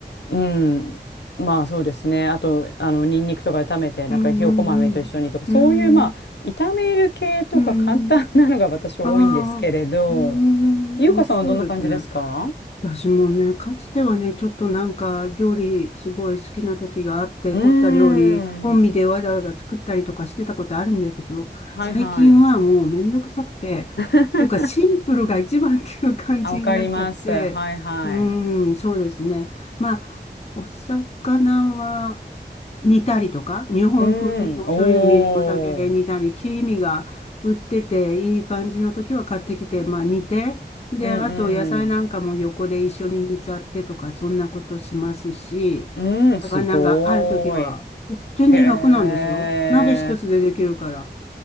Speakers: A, on the left; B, on the left.
A: うん、まあそうですね。あと、あの、ニンニクとか炒めて、なんかひよこ豆と一緒にとか、
B: うん。うん。
A: そういうまあ、
B: うん。
A: 炒める系とか簡単なのが私は多いんですけれど、
B: うん。うんああ、うーん、
A: ゆうかさんはどんな感じですか
B: 美味しそうですね。私もね、かつてはね、ちょっとなんか料理すごい好きな時があって、
A: うーん、
B: 凝った料理、本身でわざわざ作ったりとかしてたことあるんだけど、
A: はいはい。
B: 最近はもうめんどくさくて、
A: <laughs>
B: というかシンプルが一番っていう感じになっちゃって、
A: あ、わかります。はいはい。
B: うーん、そうですね。まあ、お魚は、煮たりとか、日本風にお醤油、
A: うん。おー。
B: みりん、お酒で煮たり、黄身が売ってていい感じの時は買ってきて、まあ煮て、で、
A: うん
B: あと野菜なんかも横で一緒に煮ちゃってとか、そんなことしますし、
A: うん。うん、
B: 魚がある時は、
A: すごーい。
B: いや全然楽なんですよ。
A: へえ。
B: 鍋一つでできるから。